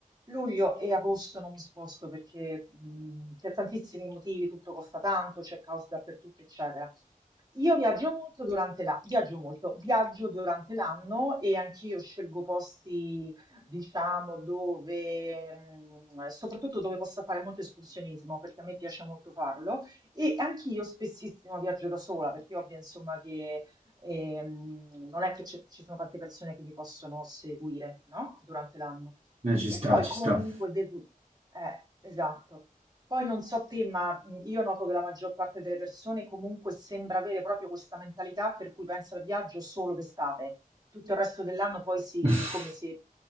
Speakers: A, on the right; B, on the right.
A: Luglio e agosto non mi sposto perché mh, per tantissimi motivi tutto costa tanto, c'è caos dappertutto, eccetera. Io viaggio molto durante la- viaggio molto, viaggio durante l'anno e anch'io scelgo posti, diciamo, dove, mh, soprattutto dove possa fare molto escursionismo, perché a me piace molto farlo. E anch'io spessissimo viaggio da sola, perché io ovvio, insomma, che ehm, non è che c'è- ci sono tante persone che mi possono seguire, no? Durante l'anno.
B: Eh, ci
A: E
B: sta,
A: poi
B: ci
A: comunque
B: sta.
A: devo... Eh, esatto. Poi non so te, ma mh, io noto che la maggior parte delle persone comunque sembra avere proprio questa mentalità per cui pensa al viaggio solo d'estate. Tutto il resto dell'anno poi si...
B: <laughs>
A: come se...